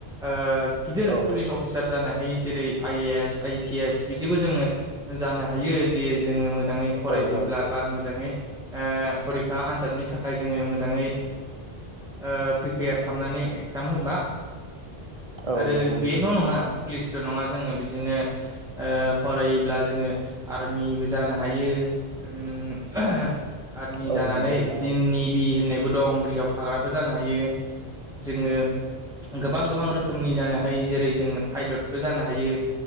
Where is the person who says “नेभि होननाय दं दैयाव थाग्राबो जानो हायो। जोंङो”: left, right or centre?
Centre